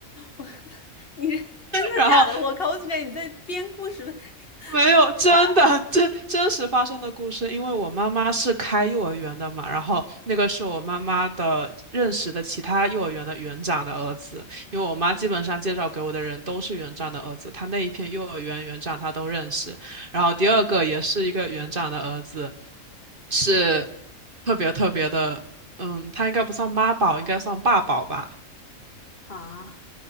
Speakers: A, on the left; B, on the right.
A: 我，<laughs> 你这真的假的？
B: 然后
A: 我靠，我怎么感觉你在编故事
B: 没有，真的，
A: 玩
B: <laughs> 真真实发生的故事。因为我妈妈是开幼儿园的嘛，然后那个是我妈妈的认识的其他幼儿园的园长的儿子。因为我妈基本上介绍给我的人都是园长的儿子，她那一片幼儿园园长她都认识。然后第二个也是一个园长的儿子，是特别特别的，嗯，他应该不算妈宝，应该算爸宝吧。
A: 啊